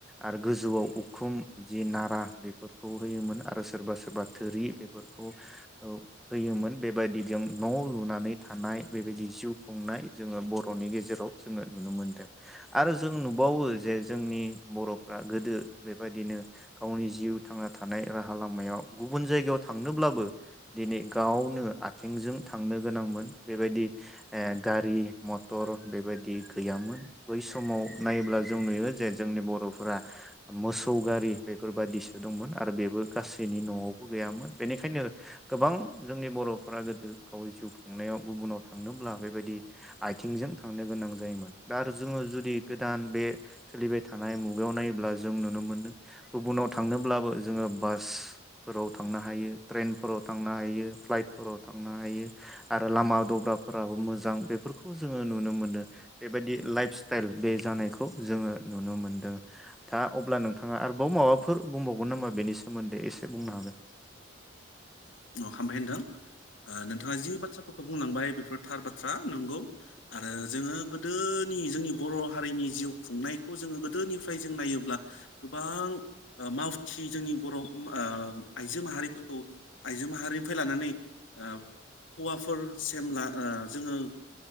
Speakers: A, in the centre; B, on the left.
A: आरो गोजौआव उखुम जि नारा बेफोरखौ होयोमोन आरो सोरबा सोरबा थोरि बेफोरखौ ओ होयोमोन बेबायदिजों न लुनानै थानाय बेबायदि जिउ खुंनाय जोङो बरनि गेजेर जेराव जोङो नुनो मोनदों आरो जों नुबावो जे जोंनि बरफ्रा गोदो बेबायदिनो गावनि जिउ थांना थानाय राहा लामायाव गुबुन जायगायाव थांनोब्लाबो दिनै गावनो आथिंजों थांनो गोनांमोन बेबायदि ओ गारि मटर बेबायदि गैयामोन बै समाव नायोब्ला जों नुयो जे जोंनि बरफोरा मोसौ गारि बेफोर बायदिसो दंमोन आरो बेबो गासैनि नआवबो गैयामोन बेनिखायनो गोबां जोंनि बरफोरा गोदो गाव जिउ खुंनायाव गुबुनाव थांनोब्ला बेबायदि आथिंजों थांनो गोनां जायोमोन दा आरो जोङो जुदि गोदान बे सोलिबाय थानाय मुगायाव नायोब्ला जों नुनो मोन्दों गुबुनाव थांनोब्लाबो जोङो बासफोराव थांनो हायो ट्रेनफोराव थांनो हायो फ्लाइटफोराव थांनो हायो आरो लामा दब्रा फोराबो मोजां बेफोरखौ जोङो नुनो मोन्दों बेबायदि लाइफ स्टाइल बे जानायखौ जोङो नुनो मोनदों, दा अब्ला नोंथाङा आरोबाव माबाफोर बुंबावगोन नामा बेनि सोमोन्दै एसे बुंनो हागोन।
B: हामबाय होनदों नोंथाङा जि बाथ्राफोरखौ बुंलांबाय बेफोर थार बाथ्रा नंगौ आरो जोङो गोदोनि जोंनि बर हारिनि जिउ खुंनायखौ जोङो गोदोनिफ्राय जों नायोब्ला गोबां ओ मावथि जोंनि बर ओ आइजो माहारिफोरखौ आइजो माहारिनिफ्राय लानानै ओ हौवाफोर सेम ला जोङो